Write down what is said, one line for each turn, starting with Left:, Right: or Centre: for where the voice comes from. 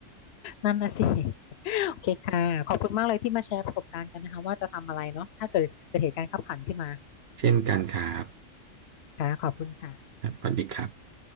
Left: นั่นนะสิ <laughs> โอเคค่ะ ขอบคุณมากเลยที่มาแชร์ประสบการณ์กันนะคะว่าจะทำอะไรเนาะถ้าเกิดเกิดเหตุการณ์คับขันขึ้นมา
Right: เช่นกันครับ
Left: ค่ะขอบคุณค่ะ
Right: ครับสวัสดีครับ